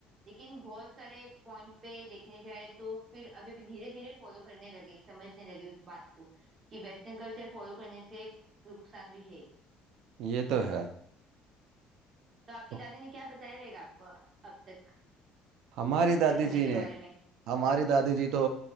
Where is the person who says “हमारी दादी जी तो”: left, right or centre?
Right